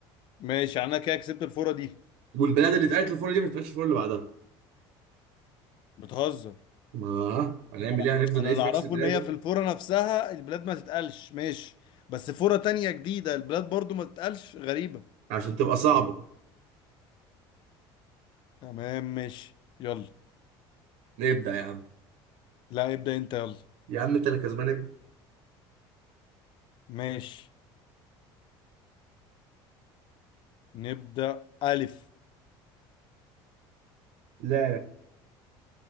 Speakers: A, on the left (about 50°); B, on the right (about 75°).
A: ماشي يعني انا كده كسبت الفوره دي
B: والبلاد اللي اتقالت الفورة دي ما تتقالش الفورة اللي بعدها
A: بتهزر
B: ما هنعمل
A: انا
B: إيه هنفضل
A: انا
B: نعيش
A: اللي
B: في
A: اعرفه
B: نفس البلاد
A: ان هي
B: يعني
A: في الفوره نفسها البلاد ما تتقالش ماشي بس فوره تانية جديده البلاد برضو ما تتقالش غريبه
B: عشان تبقى صعبة
A: تمام ماشي يلا
B: نبدأ يا عم
A: لا ابدأ انت يلا
B: يا عم انت اللي كسبان ابدأ
A: ماشي نبدأ ألف
B: لا